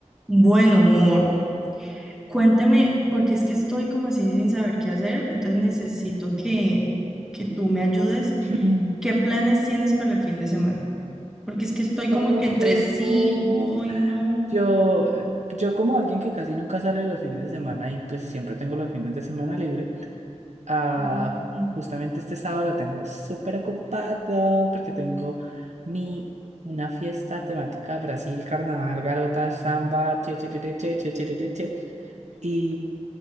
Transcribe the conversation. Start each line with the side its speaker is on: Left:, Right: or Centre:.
Centre: Bueno, amor, cuénteme, porque es que estoy como así sin saber qué hacer, entonces necesito que, que tú me ayudes.
Right: Ujú.
Centre: ¿Qué planes tienes para el fin de semana? Porque es que estoy como
Right: Ay,
Centre: que entre sí,
Right: no.
Centre: voy, no.
Right: Yo, yo como alguien que casi nunca sale los fines de semana y pues siempre tengo los fines de semana libre, ah,
Centre: mm,
Right: justamente este sábado lo tengo súper ocupado porque tengo mi, una fiesta temática Brasil, carnaval, garota, samba, che, che, che, che, che, che, che, che, che, che, y...